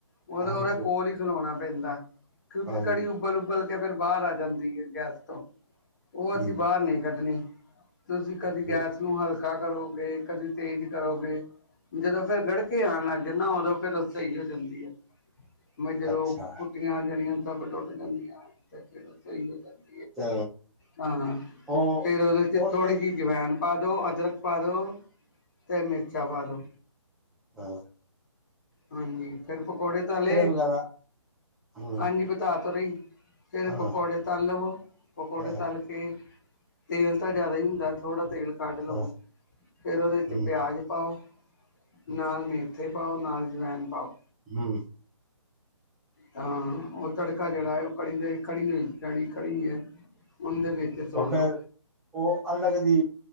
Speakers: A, on the left; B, in the centre.
A: ਉਹ
B: ਹਾਂਜੀ
A: ਉਹਦੇ ਕੋਲ ਹੀ ਖਲੋਣਾ ਪੈਂਦਾ ਕਿਉਂਕਿ
B: ਹਾਂਜੀ
A: ਕੜੀ ਉਬਲ ਉਬਲ ਕੇ ਫਿਰ ਬਾਹਰ ਆ ਜਾਂਦੀ ਹੈ ਗੈਸ ਤੋਂ ਉਹ
B: ਹੂੰ
A: ਅਸੀਂ ਬਾਹਰ ਨਹੀਂ ਕੱਢਣੀ ਤੁਸੀਂ ਕਦੀ
B: ਠੀਕ।
A: ਗੈਸ ਨੂੰ ਹਲਕਾ ਕਰੋਗੇ ਕਦੀ ਤੇਜ ਕਰੋਗੇ ਜਦੋਂ ਫੇਰ ਗੜਕੇ ਆਣ ਲੱਗ ਜਾਣ ਨਾ ਉਦੋਂ ਫਿਰ ਸਹੀ ਹੋ ਜਾਂਦੀ ਆ ਜਦੋਂ
B: ਅੱਛਾ
A: ਫੁੱਟੀਆਂ ਜਾਣੀਆਂ ਤਾਂ ਟੁੱਟ ਜਾਂਦੀਆਂ ਤੇ ਫਿਰ ਸਹੀ ਹੋ ਜਾਂਦੀ
B: ਤੇ
A: ਹਾਂ
B: ਉਹ
A: ਫੇਰ ਉਹਦੇ
B: ਉਹ
A: ਚ ਥੋੜੀ
B: ਤੇ
A: ਜਿਹੀ ਜਵੈਨ ਪਾ ਦੋ ਅਦਰਕ ਪਾ ਦੋ ਅਤੇ ਮਿਰਚਾਂ ਪਾ ਦੋ
B: ਹੋਰ
A: ਹਾਂਜੀ ਫੇਰ ਪਕੌੜੇ ਤਲੇ
B: ਵਗੈਰਾ ਹੂੰ
A: ਹਾਂਜੀ <unintelligible> ਤਰੀ ਫਿਰ
B: ਹਾਂ
A: ਪਕੌੜੇ ਤਲ ਲਵੋ ਪਕੌੜੇ
B: ਹਾਂ
A: ਤਲ ਕੇ ਤੇਲ ਤਾਂ ਜਿਆਦਾ ਹੀ ਹੁੰਦਾ ਥੋੜ੍ਹਾ ਤੇਲ ਕੱਢ ਲਵੋ
B: ਹਾਂ
A: ਫੇਰ ਉਹਦੇ
B: ਹੂੰ
A: ਚ <unintelligible> ਪਾਓ
B: ਹੂੰ
A: ਨਾਲ ਮੇਥੇ ਪਾਓ ਨਾਲ ਜਵਾਇਨ ਪਾਓ
B: ਹੂੰ
A: ਤਾਂ ਉਹ ਤੜਕਾ ਜਿਹੜਾ ਉਹ ਕੜੀ ਦੇ ਕੜੀ ਓਹੀ ਜਾਣੀ ਕੜੀ ਹੈ ਉਹਦੇ ਵਿੱਚ ਸੁੱਟ
B: ਉਹ ਫੇਰ
A: ਦਿਉ
B: ਉਹ ਅਲੱਗ ਦੀ